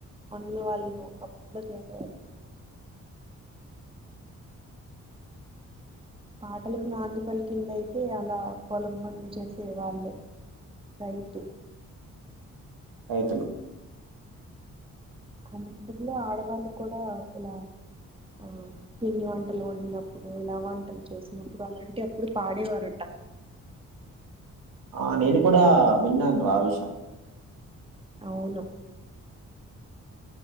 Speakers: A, on the right; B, on the right.
A: పనులు వాళ్ళు ఒకప్పుడు చేసేవారు పాటలకు నాంది పలికింది అయితే అలా పొలం పనులు చేసే వాళ్ళే రైతు
B: రైతులు
A: <unintelligible> ఆడవాళ్ళు కూడా ఇలా ఆ పిండి వంటలు వండినప్పుడు ఇలా వంటలు చేసినప్పుడు అలాంటి అప్పుడు పాడేవారట
B: ఆ నేను కూడా విన్నాను రా ఆ విషం
A: అవును